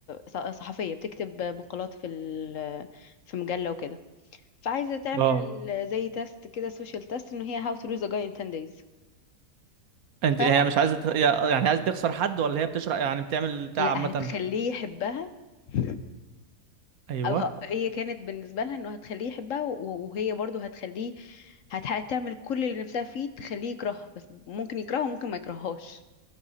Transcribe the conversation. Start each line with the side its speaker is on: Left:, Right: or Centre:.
Left: ص- صحفيه بتكتب مقالات في ال... في مجله وكده فعايزه تعمل
Right: اه
Left: زي تيست كده سوشيال تيست ان هي How to Lose a Guy in 10 Days
Right: انت
Left: فلا
Right: هي مش عايزه ت- يا- يعني عايزه تخسر حد ولا هي بتشرح يعني بتعمل بتاع عامه
Left: هتخليه يحبها <laughs>
Right: ايوه
Left: او ه- هي كانت بالنسبه لها انه هتخليه يحبها و- وهي برضه هتخليه هت- هتعمل كل اللي نفسها فيه تخليه يكرهها بس ممكن يكرهها وممكن ما يكرههاش